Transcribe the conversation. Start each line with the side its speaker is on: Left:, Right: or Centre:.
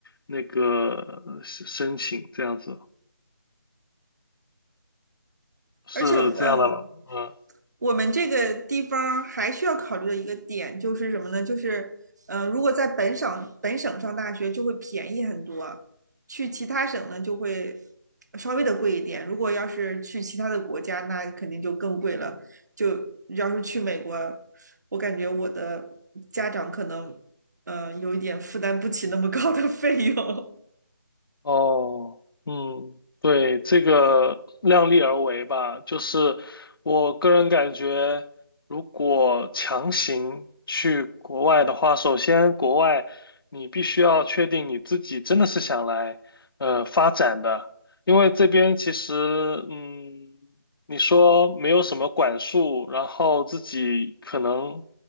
Left: 那个呃申请，这样子是这样的吗？
Right: 而且嗯，
Left: 嗯。
Right: 我们这个地方还需要考虑的一个点就是什么呢？就是，呃，如果在本省本省上大学就会便宜很多，去其他省呢就会稍微的贵一点。如果要是去其他的国家，那肯定就更贵了。就要是去美国，我感觉我的家长可能，呃，有一点负担不起那么高的费用。
Left: 哦，嗯，对，这个量力而为吧，就是我个人感觉，如果强行去国外的话，首先国外你必须要确定你自己真的是想来呃发展的，因为这边其实嗯，你说没有什么管束，然后自己可能